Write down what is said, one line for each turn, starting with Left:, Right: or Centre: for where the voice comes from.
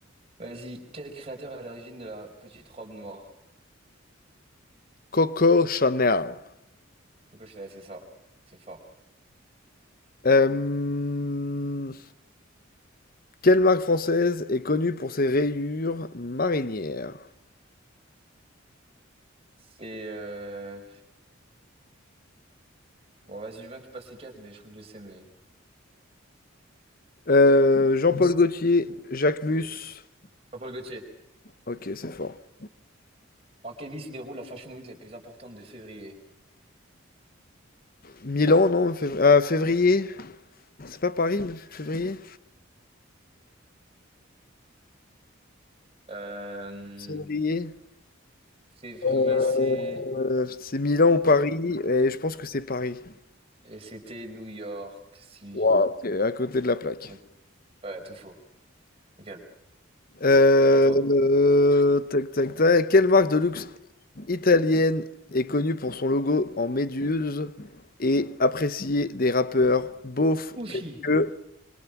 Right: Vas-y. Quel créateur est à l'origine de la petite robe noire?
Left: Coco Chanel.
Right: Coco Chanel, c'est ça. C'est fort.
Left: Euh, quelle marque française est connue pour ses rayures marinières?
Right: Et euh, bon, vas-y, je veux bien que tu passes les quatre, mais je crois que je sais, mais.
Left: Euh, Jean-Paul Gaultier, Jacques Mus.
Right: Jean-Paul Gaultier.
Left: Ok, c'est fort.
Right: En quelle ville se déroule la Fashion Week la plus importante de février?
Left: Milan, non? fév- ah, février? C'est pas Paris, mais février?
Right: Euh,
Left: Février.
Right: février,
Left: Euh,
Right: c'est.
Left: c'est Milan ou Paris,
Right: ouais.
Left: et je pense que c'est Paris.
Right: Et c'était New York City.
Left: Waouh, t'es à côté de la plaque.
Right: Ok. Ouais, tout faux. Ok.
Left: Euh,
Right: À toi.
Left: euh, tac, tac, tac. Quelle marque de luxe italienne est connue pour son logo en méduse et appréciée des rappeurs beaufs
Right: Uchi.
Left: tels que...